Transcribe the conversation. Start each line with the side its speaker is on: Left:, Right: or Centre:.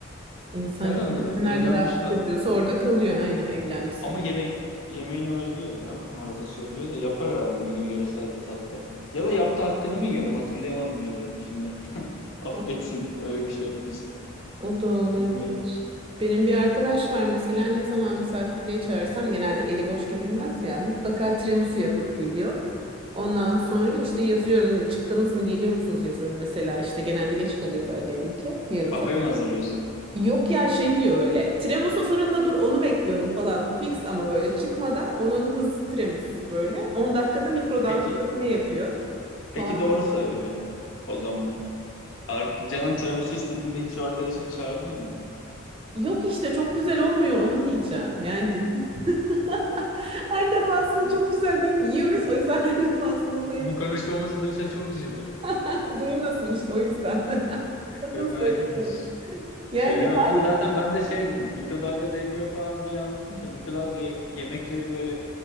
Right: insan
Left: Herhalde
Right: kendini
Left: evlenmiş
Right: nerede rahat hissediyorsa
Left: de
Right: orada kalıyor. Aynen evlenmiş zaten.
Left: ama yeme yemeğini özlüyor ya. Arada söylüyor da yapar herhalde bir gün yöresel bir tatta. Ya da yaptı hakkını mı yiyorum hatırlayamadım ya da şimdi. <laughs>
Right: Ama
Left: Affetsin öyle bir şey yaptıysa.
Right: O da olabilir.
Left: Bilmiyorum.
Right: Benim bir arkadaş var mesela ne zaman misafirliğe çağırsam genelde eli boş gidilmez ya mutlaka tiramisu yapıp geliyor. Ondan sonra işte yazıyorum çıktınız mı geliyor musunuz yazıyorum mesela işte genelde geç kalıyorlar diyelim ki yarım
Left: Kahve
Right: saat
Left: mi hazırlıyorsun?
Right: Yok ya şey diyor böyle. Tremoso fırında dur onu bekliyorum falan. Fix ama böyle çıkmadan onun hız tremosu böyle. 10 dakikada mikrodalgada
Left: Peki
Right: ne yapıyor
Left: peki
Right: falan.
Left: doğru söyle o zaman. Ar- Canın tiramisu istediğinde hiç o arkadaşını çağırdın mı?
Right: Yok işte çok güzel olmuyor onu diyeceğim. Yani <laughs> her defasında çok güzel deyip yiyoruz. O yüzden her defasında da yapıyor.
Left: Bu konuşmamızı duysa çok üzülür.
Right: <laughs> Duymasın işte o yüzden. <laughs> Sakın
Left: Yok merak
Right: söylemeyin.
Left: etme s-
Right: Yani
Left: söylemem
Right: hayır.
Left: ama zaten ben de şey dedim mikrodalgada yapıyor falan diye anlatınca mikrodalga ye- yemekleri böyle